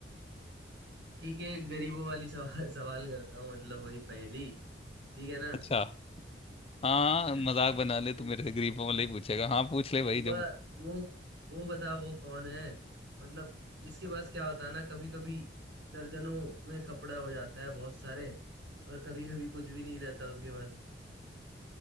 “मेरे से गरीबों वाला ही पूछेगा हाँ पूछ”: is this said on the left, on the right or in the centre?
Left